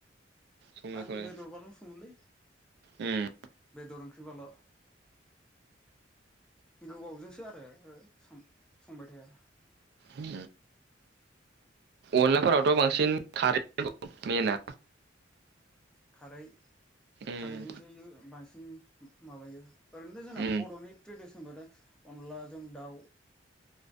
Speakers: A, on the right; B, in the centre.
A: संनायखौनो
B: आं बेदरबाल' सङोलै।
A: उम
B: बेदर ओंख्रि बाल' गोबावजोंसो आरो ओ सम संबाय थाया‌।
A: उम अनलाफोरावथ बांसिन खारै मेना।
B: खारै
A: ओम
B: खारैजोंसो ओ बांसिन उ माबायो ओरैनोथ जोंना
A: ओम
B: बरनि ट्रेडिसन बाथाय अनलाजों दाउ